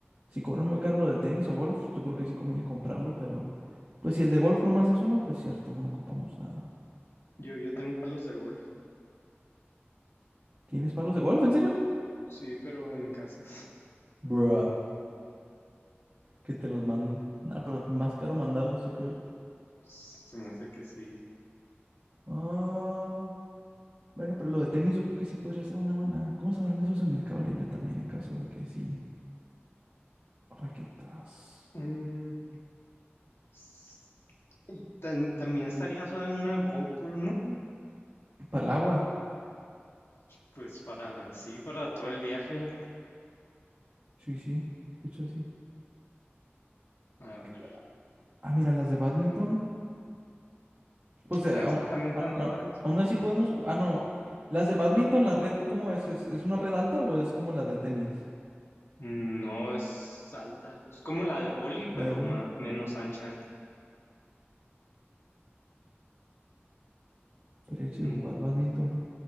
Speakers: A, on the right; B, on the left.
A: si cobran muy caro lo de tenis o golf, yo creo que sí conviene comprarlo, pero pues si el de golf nomás es uno, pues cierto, no ocupamos nada.
B: Yo, yo tengo palos de golf.
A: ¿Tienes palos de golf, en serio?
B: Sí, pero en casas.
A: Bruh, que te los manden. Nah, pero más caro mandarlos, yo creo.
B: <laughs> Se me hace que sí.
A: Ah, bueno, pero lo de tenis yo creo que sí podría ser una buena. ¿Cómo saldrán esos en Mercado Libre también en caso de que sí? Raquetas.
B: Mm, S- Tan- también estaría suave una GoPro, ¿no?
A: Para el agua.
B: Pues para, sí, para todo el viaje.
A: Sí, sí, de hecho sí.
B: A
A: ¿Qué
B: ver.
A: ca- Ah, mira, las de badminton. Pues
B: Ah,
A: eh, aún,
B: esas también están
A: a- a-
B: suaves.
A: aún así podemos jugar. Ah, no. Las de badminton, la red, ¿cómo es? ¿Es, es una red alta o es como la de tenis?
B: Mm, No es alta. Es como la de Boli, pero
A: La de voleibol.
B: ma- menos ancha.
A: Estaría chido
B: Mm,
A: jugar badminton.